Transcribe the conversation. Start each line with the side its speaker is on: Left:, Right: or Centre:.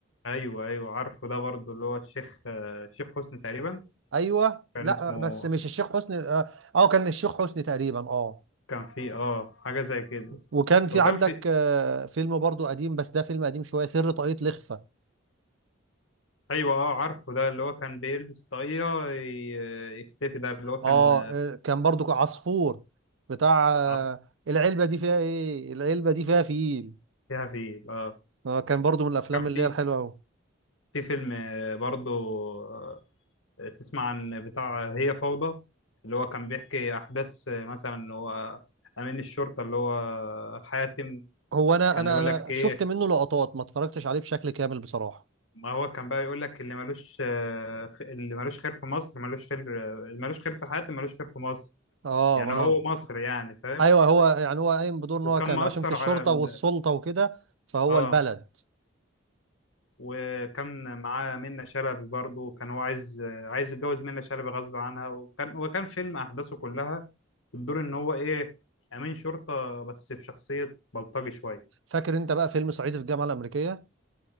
Left: ايوه ايوه عارفه ده برضو اللي هو الشيخ آه، الشيخ حسني تقريبا
Right: ايوه
Left: كان
Right: لا
Left: اسمه
Right: بس مش الشيخ حسني اه آه، كان الشيخ حسني تقريبا اه
Left: كان فيه اه حاجه زي كده
Right: وكان في
Left: وكان
Right: عندك
Left: في
Right: آه، فيلم برضو قديم بس ده فيلم قديم شويه سر طاقية لخفة
Left: ايوه اه عارفه ده اللي هو كان بيلبس طاقية ي- يختفي ده اللي هو كان
Right: اه آه، كان برضو عصفور بتاع آه،
Left: عطف
Right: العلبه دي فيها ايه العلبه دي فيها فيل
Left: فيها فيه اه
Right: اه كان برضو من الافلام
Left: كان في
Right: اللي هي الحلوه قوي
Left: في فيلم آه، برضو آه، تسمع عن بتاع هي فوضى اللي هو كان بيحكي احداث آه، مثلا اللي هو امين الشرطة اللي هو حاتم
Right: هو انا
Left: كان
Right: انا
Left: يقول
Right: انا
Left: لك ايه
Right: شفت منه لقطات ما اتفرجتش عليه بشكل كامل بصراحه
Left: ما هو كان بقى يقول لك اللي ملوش آه، خ- اللي ملوش خير في مصر ملوش خير اللي ملوش خير في حاتم ملوش خير في مصر
Right: اه
Left: يعني
Right: ما انا
Left: هو مصر يعني فاهم
Right: ايوه هو يعني هو قايم بدور ان
Left: وكان
Right: هو كان
Left: مأثر
Right: عشان في الشرطه
Left: على ال...
Right: والسلطه وكده فهو
Left: اه
Right: البلد
Left: وكان معاه منة شلبي برضه كان هو عايز عايز يتجوز منة شلبي غصب عنها وكان هو كان فيلم أحداثه كلها بتدور إن هو إيه أمين شرطة بس في شخصية بلطجي شوية
Right: فاكر انت بقى فيلم صعيدي في الجامعه الامريكيه